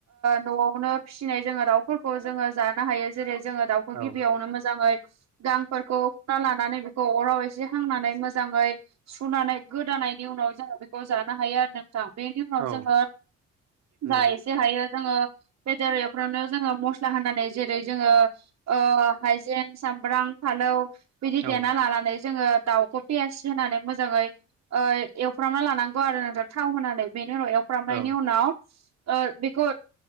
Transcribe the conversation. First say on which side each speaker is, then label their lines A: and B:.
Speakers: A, on the right (about 60°); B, on the right (about 75°).
A: न'आवनो फिसिनाय जोङो दाउफोरखौ जोङो जानो हायो जेरै जोङो दाउ
B: औ
A: गिबियावनो मोजाङै गांफोरखौ हना लानानै बे खौ अराव एसे हांनानै मोजाङै सुनानै गोदानायनि उनाव जोंङो बेखौ जानो हायो आरो नों ज बेनि उनाव
B: औ
A: जोङो
B: नंगौ
A: जा जेहायो जोङो बेदर एवफ्रावनो जोङो मस्ला होनानै जेरै जोङो अ हाइजें सामब्राम फालौ बिदि
B: औ
A: द लानानै जोङो दाउखौ पियास होनानै मोजाङै एवफ्रामना लानांगौ आरो नोंसोर थाव होनानै बेनि उनाव एवफ्रामनायनि
B: औ
A: उनाव बेखौ